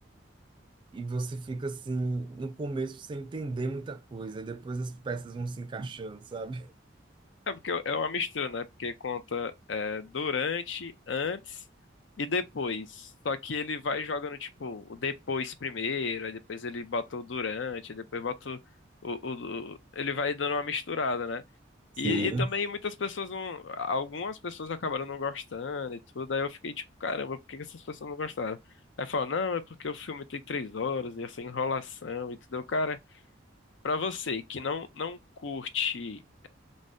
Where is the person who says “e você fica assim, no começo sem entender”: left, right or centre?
Right